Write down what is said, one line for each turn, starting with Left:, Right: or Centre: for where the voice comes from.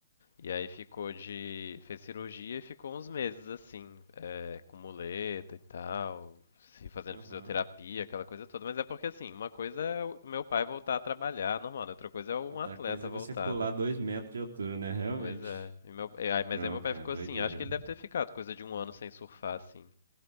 Left: E aí ficou de. Fez cirurgia e ficou uns meses assim, é, com muleta e tal, se fazendo
Right: Aham.
Left: fisioterapia, aquela coisa toda. Mas é porque assim, uma coisa é o meu pai voltar a trabalhar, normal, né? Outra coisa é um
Right: Outra
Left: atleta
Right: coisa é
Left: voltar,
Right: você pular
Left: né?
Right: dois metros de altura, né? Realmente.
Left: Pois é. E meu- e aí- mas
Right: Não,
Left: aí meu
Right: cara,
Left: pai ficou
Right: doideira.
Left: assim, acho que ele deve ter ficado coisa de um ano sem surfar, assim.